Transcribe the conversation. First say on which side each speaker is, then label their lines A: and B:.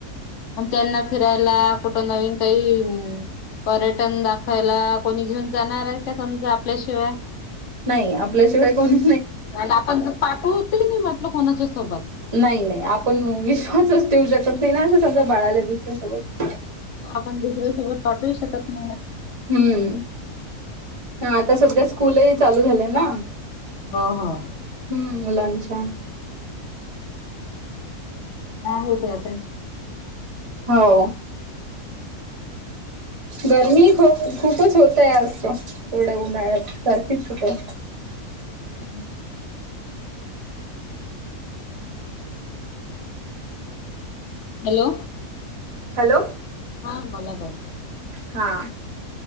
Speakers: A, on the left; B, on the right.
A: आणि त्यांना फिरायला कुठं नवीन काही अ पर्यटन दाखवायला कोणी घेऊन जाणार आहे का समजा आपल्याशिवाय
B: नाही आपल्याशिवाय कोणी
A: आणि आपण पाठवत हि नाही म्हटलं कोणाच्या सोबत
B: नाही नाही आपण विश्वासच ठेवू शकत नाही ना असं समजा बाळाल्या दुसऱ्यांसोबत
A: आपण दुसऱ्यासोबत पाठवू शकत नाही
B: हम्म हा आता सध्या स्कूलही चालू झाल्याना?
A: हो हो
B: हम्म लंच आहे.
A: नाही ते आता
B: हो गरमी खूप खूपच होतय आज त एवढ्या उन्हाळ्यात सारखीच होतय
A: <unintelligible> हो मग? हॅलो
B: हॅलो
A: हा बोला बोला.
B: हा